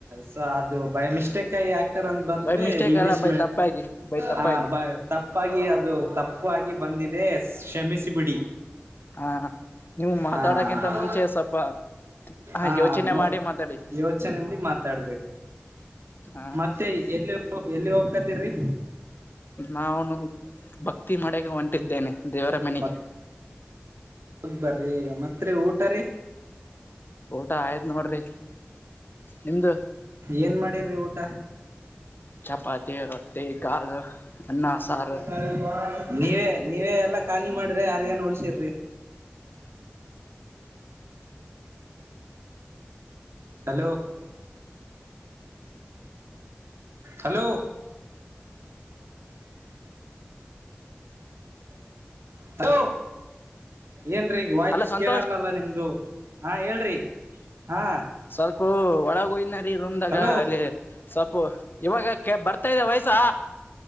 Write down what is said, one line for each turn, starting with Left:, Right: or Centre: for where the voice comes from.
Right: ಸೊ ಅದು ಬೈಮಿಸ್ಟೇಕ್ ಆಗಿ. ಬಂತರೀ ಅಂತ ಬಂತ್ರಿ
Left: ಬೈ ಮಿಸ್ಟೇಕ್
Right: ಇಂಗ್ಲೀಷ್
Left: ಅಲ್ಲ ಬೈ ತಪ್ಪಾಗಿ ಬೈ ತಪ್ಪಾಗಿ
Right: ಹಾ. ತಪ್ಪಾಗಿ ಅದು ತಪ್ಪಾಗಿ ಬಂದಿದೆ ಕ್ಷಮಿಸಿಬಿಡಿ.
Left: ಹಾ ನೀವು ಮಾತಾಡಕಿಂತ
Right: ಹ
Left: ಮುಂಚೆ ಸ್ವಲ್ಪ. ಹ್ಮ್
Right: ಹ
Left: ಯೋಚನೆ
Right: ನೋ
Left: ಮಾಡಿ ಮಾತಾಡಿ
Right: ಯೋಚನೆ ಮಾಡಿ ಮಾತಾಡ್ಬೇಕು
Left: ಹಾ.
Right: ಮತ್ತೆ ಎಲ್ಲಿ ಎಲ್ಲಿ ಹೋಗ್ಕತಿರರಿ.
Left: ನಾನು ಭಕ್ತಿ ಮಾಡೆಕೆ ಹೊಂಟಿದ್ದೇನೆ. ದೇವರ ಮನೆಗೆ
Right: ಬ ಬರೀ ಮತ್ತೆ ಊಟರೀ.
Left: ಊಟ ಆಯ್ತು ನೋಡ್ರಿ ನಿಮ್ದ.
Right: ಏನು ಮಾಡಿರಿ ಊಟ.
Left: ಚಪಾತಿ ರೊತ್ತಿ ಕಾಳು ಅನ್ನ ಸಾರು.
Right: <unintelligible> ನೀವೇ ನೀವೇ ಎಲ್ಲಾ ಖಾಲಿ ಮಾಡ್ರಿ ಯಾರಿಗೇನ್ ಉಳಿಸಿರ್ರಿ. ಹಲೋ. ಹಲೋ. ಹಲೋ ಏನ್ರೀ ವಾಯ್ಸ್
Left: ಅಲ್ಲ ಸಂತೋಷ್
Right: ಕೇಳಲ್ಲಲ್ಲ ನಿಮ್ದು. ಹಾ ಹೇಳ್ರಿ ಹಾ.
Left: ಸ್ವಲ್ಪ ಒಳಗ ಹೋಗಿರೀ ರೂಮ್ದಾಗ
Right: ಹಲೋ
Left: ಅಲ್ಲಿ. ಸೊಪ್ಪು ಇವಾಗ ಕಬರ್ತಾ ಇದೆ ವಾಯ್ಸ್.